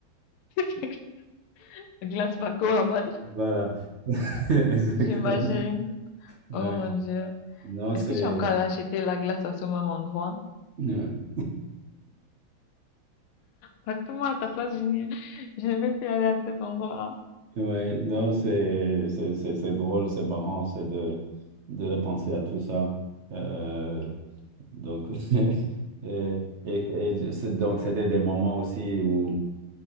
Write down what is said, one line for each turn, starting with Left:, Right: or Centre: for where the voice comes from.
Left: <laughs> Glace Paco Rabanne,
Right: Voilà. <laughs> Exactement.
Left: j'imagine.
Right: Ouais.
Left: Oh mon Dieu,
Right: Non,
Left: est-ce
Right: c'est...
Left: que tu es encore allé acheter la glace à ce même endroit?
Right: <laughs>
Left: Parce que moi, à ta place, je n'y- je ne vais plus aller à cet endroit-là.
Right: Ouais, non, c'est c'est- c'est- c'est drôle, c'est marrant, c'est de, de repenser à tout ça. Euh, Donc, <laughs> et, et- et c'est- donc c'était des moments aussi où